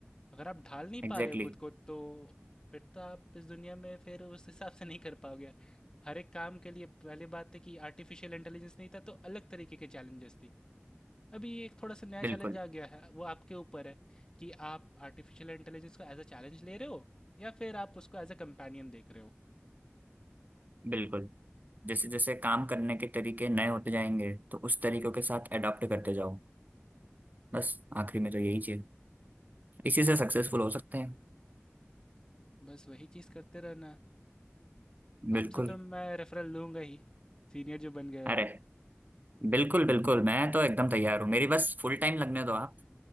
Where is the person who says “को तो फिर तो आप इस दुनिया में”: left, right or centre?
Left